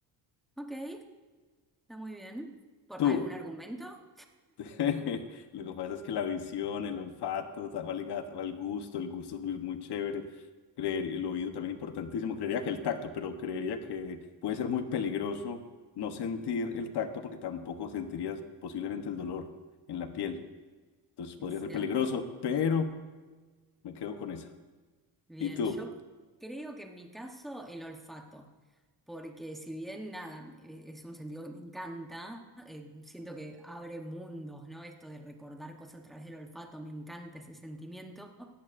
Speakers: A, in the centre; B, on the left.
A: Ok, está muy bien. ¿Por
B: Tú.
A: algún argumento?
B: <laughs> Lo que pasa es que la visión, el olfato, ta- va ligada al gusto, el gusto es muy, muy chévere. Creer, el oído también importantísimo. Creería que el tacto, pero creería que puede ser muy peligroso no sentir el tacto porque tampoco sentirías posiblemente el dolor en la piel. Entonces podría
A: Es
B: ser
A: cierto.
B: peligroso, pero me quedo con esa.
A: Bien,
B: ¿Y tú?
A: yo creo que en mi caso el olfato, porque si bien nada, e- es un sentido que me encanta, eh, siento que abre mundos, ¿no? Esto de recordar cosas a través del olfato, me encanta ese sentimiento,